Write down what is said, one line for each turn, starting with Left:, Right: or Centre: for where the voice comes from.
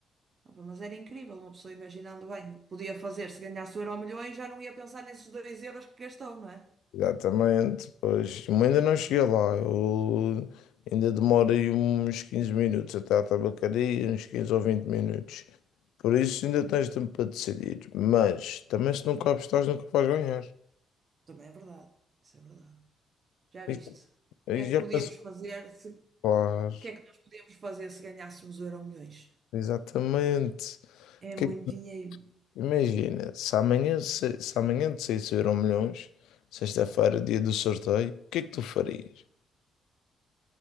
Right: Opa, mas era incrível, uma pessoa imaginando bem, o que podia fazer se ganhasse o Euromilhões, já não ia pensar nesses 2 euros que gastou, não é?
Left: Exatamente, pois eu ainda não cheguei lá, eu ainda demora aí uns 15 minutos até à tabacaria, uns 15 ou 20 minutos. Por isso ainda tens tempo para decidir, mas também se nunca apostares nunca vais ganhar.
Right: Também é verdade. Isso é verdade. Já
Left: Isso
Right: viste? O
Left: aí
Right: que é
Left: já
Right: que podíamos
Left: passou,
Right: fazer se, o
Left: claro,
Right: que é que nós podíamos fazer se ganhássemos o Euro milhões
Left: exatamente.
Right: É
Left: Que-
Right: muito dinheiro.
Left: Imagina, se amanhã, se, se amanhã te saísse o Euromilhões, sexta-feira, dia do sorteio, o que é que tu farias?